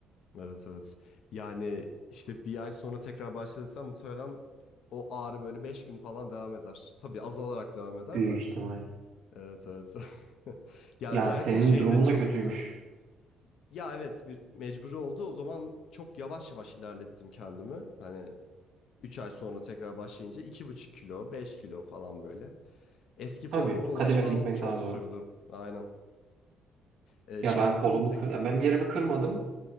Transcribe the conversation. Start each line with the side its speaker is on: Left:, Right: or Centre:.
Left: Evet evet. Yani işte bir ay sonra tekrar başladıysan muhtemelen o ağrı böyle 5 gün falan devam eder. Tabii azalarak devam eder
Right: Büyük
Left: de.
Right: ihtimal.
Left: Evet evet. <laughs> Ya
Right: Ya
Left: özellikle
Right: senin
Left: şeyde
Right: durumun
Left: çok
Right: da kötüymüş.
Left: oluyor. Ya evet bir mecburi oldu. O zaman çok yavaş yavaş ilerlettim kendimi. Hani Üç ay sonra tekrar başlayınca iki buçuk kilo, 5 kilo falan böyle. Eski formuma
Right: Tabii
Left: ulaşmam
Right: kademeli gitmek
Left: çok
Right: daha doğru.
Left: sürdü. Aynen. Ee,
Right: Ya
Left: şey
Right: ben
Left: yaptın
Right: kolumu
Left: mı peki
Right: kır
Left: sen
Right: ya ben
Left: hiç?
Right: bir yerimi kırmadım.
Left: Hı.